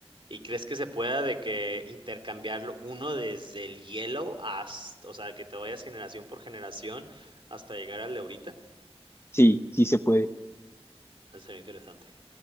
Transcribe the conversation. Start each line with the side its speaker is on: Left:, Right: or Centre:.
Right: ¿Y crees que se pueda de que intercambiarlo uno desde el hielo hasta o sea, que te vayas generación por generación hasta llegar al de ahorita?
Left: Sí, sí se puede.
Right: Eso sería interesante.